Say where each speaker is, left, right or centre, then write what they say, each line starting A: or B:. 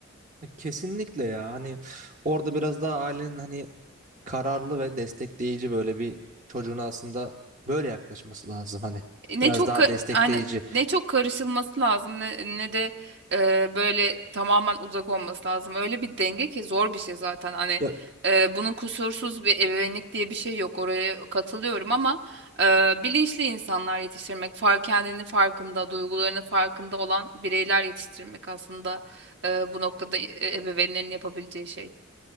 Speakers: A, on the right; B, on the right.
A: kesinlikle ya hani orada biraz daha ailenin hani kararlı ve destekleyici böyle bir çocuğuna aslında böyle yaklaşması lazım hani.
B: E, ne
A: Biraz
B: çok
A: daha
B: ka-
A: destekleyici.
B: aynen ne çok karışılması lazım ne, ne de e, böyle tamamen uzak olması lazım. Öyle bir denge ki zor bir şey zaten. Hani
A: Ya
B: e, bunun kusursuz bir ebeveynlik diye bir şey yok. Oraya katılıyorum ama e, bilinçli insanlar yetiştirmek, fark kendini farkında, duygularını farkında olan bireyler yetiştirmek aslında e, bu noktada e, ebeveynlerin yapabileceği şey.